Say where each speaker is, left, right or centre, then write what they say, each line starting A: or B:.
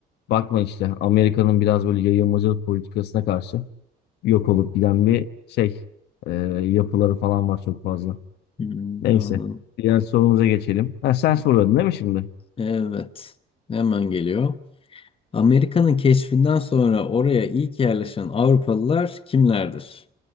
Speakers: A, on the left; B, on the left.
A: Bakma işte Amerika'nın biraz böyle yayılmacılık politikasına karşı yok olup giden bir şey. e, yapıları falan var çok fazla.
B: Hmm,
A: Neyse.
B: anladım.
A: Diğer sorumuza geçelim. Ha, sen soruyordun değil mi şimdi?
B: Evet. Hemen geliyor. Amerika'nın keşfinden sonra oraya ilk yerleşen Avrupalılar kimlerdir?